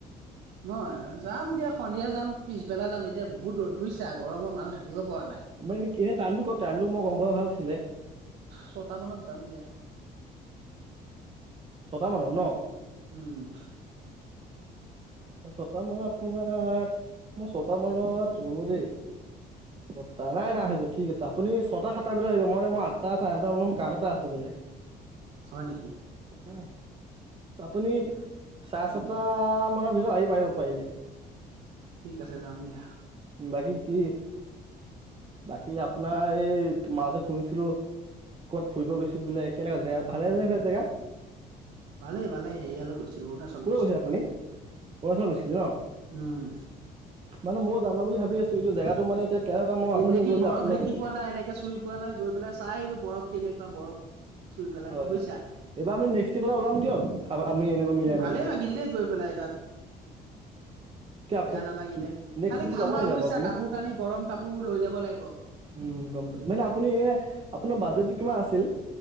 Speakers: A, on the right; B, on the right.
A: মই যাম দিয়া সন্ধিয়া যাম পিছবেলা যাম এতিয়া বহুত ৰ'দ বুজিছা, গৰমত মানুহ থাকিব পৰা নাই।
B: ম এই কি টাইমটো ক টাইমোটো মই গম পোৱা ভাল আছিলে।
A: ছটা মানত যাম দিয়া।
B: ছটা মানত ন?
A: উম।
B: ছটামান আপোনাৰ মোৰ ছটামানত ৰ'ব দেই ছটা নাই নাই আহিব ঠিক আছে, আ পুনি ছটা সাতটাৰ ভিতৰত আহিব মই মই আঠটা চাৰে নটা মানত মোৰ কাম এটা আছে বেলেগ।
A: হয় নেকি?
B: উ আপুনি চাৰে ছটা মানৰ ভিতৰত আহি পাৰিব পাৰিলে।
A: ঠিক আছে যাম দিয়া।
B: বাকী কি, বাকী আপোনাৰ এই মা যে শুনিছিলো ক'ত ফুৰিব গৈছিলে বোলে? কেনেকা জেগা ভালে জেগৈ জেগা,
A: ভালেই ভালেই হেৰিয়ালৈ গৈছিলো অৰুণাচল
B: কলৈ
A: গৈছিলো
B: গৈছিলে আপুনি? অৰুণাচল গৈছিলে ন?
A: উম।
B: মানে ময়ো জাবা বুলি ভাবি আছো। এইটো জেগাতটো মানে এতিয়া কেনেকুৱা মই
A: জিন্দগীত
B: আপুনি গ'লে
A: বৰফ
B: আপোনা
A: দেখি পোৱা নাই এনেকে চুই পোৱা নাই গৈ পেলাই চাই আহিলো, বৰফ কেনেকুৱা বৰফ চুই পেলাই
B: হয়
A: বুজিছা।
B: হয় এইবাৰ আমি নেক্সতি পেলায় ওলাম দিয়ক, আমি এনেকৈ মিলাই মি
A: ভালে লাগিল দেই গৈ পেলাই তাত।
B: কি
A: বেয়া নালাগিলে,
B: নেক্সট
A: খালি
B: ট্ৰিপ
A: ঠাণ্ডা
B: যাব নেকি
A: বুইছাত।
B: আকৌ আপুনি
A: কাপোৰ-কানি গৰম কাপোৰ লৈ যাব লাগিব।
B: উম গম পাইছো মানে আপুনি এ আপোনাৰ বাজেটো কিমান আছিল?